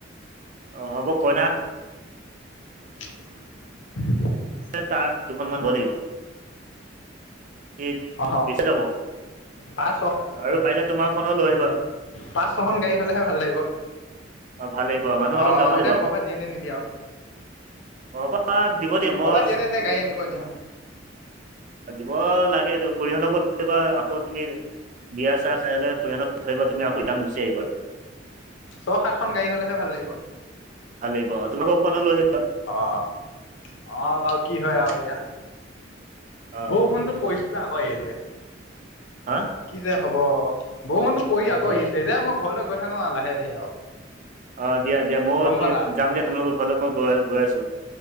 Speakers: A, on the right; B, on the left.
A: অ হ'ব কইনা
B: <unintelligible>
A: এ ‌তাৰ দুখনমান নিব লাগিব এ!
B: অ
A: বেছি যাব আৰু
B: পাঁচ
A: পাৰিলে তোমাৰখনো লৈ আহিবা।
B: পাচ, ছখন গাড়ী হ'লেহে ভাল লাগিব।
A: অ ভাল লাগিব মানুহ
B: আ'হ
A: অলপ যাব
B: এতিয়া
A: লাগিব
B: ঘৰ
A: আকৌ
B: পৰা দিয়ে নে নিদিয়ে আৰু?
A: ঘৰৰ পৰা দিব দিয়া। মই
B: দিয়েনে, নিদিয়ে গাড়ী আনিব এতিয়া?
A: দিব লাগে। এইটো খুৰীহতৰ ঘৰত কেতিয়াবা আকৌ তুমি বিয়া, চিয়ি খাই লৈ খুৰীহতক থৈয় আহিবা। তুমি আকৌ ৰিতাৰ্ণ গুছি আহিবা আৰু।
B: ছয়, সাতখন গাডী হ'লেহে ভাল লাগিব।
A: ভাল লাগিব। তোমালোকৰ খনো লৈ আহিবা।
B: অ, অ, বাৰু কি হয় আৰু এতিয়া?
A: অ
B: বৰষূণটো পৰিছিলে আকৌ এৰি দিলে।
A: হা?
B: কি যে হব বৰষুণটো পৰি আকৌ
A: এই
B: আহিছে দে মই ঘৰলৈ গৈ থাকো আৰু লাহে, ধিৰে আৰু।
A: অ, দিয়া, দিয়া। মই
B: গম পালা
A: যাম দিয়া। তোমালোকৰ ঘৰত মই গৈ, গৈ আছো।